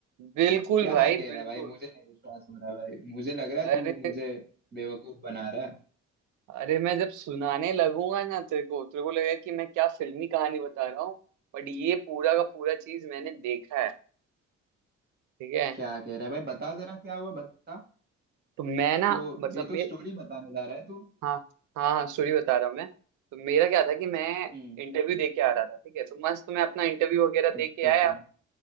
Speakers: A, on the right; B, on the right.
A: बिल्कुल
B: क्या
A: भाई
B: कह
A: बिल्कुल
B: रहा है भाई मुझे नहीं विश्वास हो रहा है भाई मुझे लग रहा है तू
A: अरे
B: मुझे बेवकूफ बना रहा है
A: अरे मैं जब सुनाने लगूंगा ना तेरे को तेरे को लगेगा कि मैं क्या फिल्मी कहानी बता रहा हूँ बट ये पूरा का पूरा चीज मैंने देखा है ठीक है
B: क्या कह रहा है भाई बता जरा क्या हुआ बता
A: तो मैं ना
B: तो
A: मतलब
B: ये तो
A: मैं
B: स्टोरी बताने जा रहा है तू
A: हाँ हाँ हाँ सॉरी बता रहा हूँ मैं तो मेरा क्या था कि मैं
B: हम्म
A: इंटरव्यू दे के आ रहा था ठीक है तो मस्त मैं अपना इंटरव्यू वगैरह
B: अच्छा
A: दे के आया